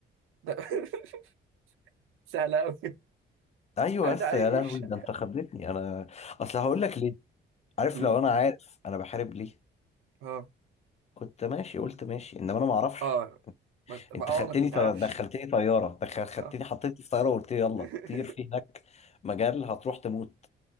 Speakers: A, on the right; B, on the left.
A: ده <laughs> سهله قوي
B: ايوه
A: عايز
B: بس
A: اعيش
B: يا لهوي ده انت خبرتني انا اصل هقول لك ليه عارف
A: <laughs> مم.
B: لو انا عارف انا بحارب ليه
A: اه
B: كنت ماشي قلت ماشي انما انا ما اعرفش
A: اه ما-
B: انت
A: اه
B: خدتني
A: ما انت متعرفش
B: طيارة دخلتني طيارة دخل خدتني
A: اه
B: حطيتني في طيارة وقلت لي يلا
A: <laughs>
B: طير في هناك مجال هتروح تموت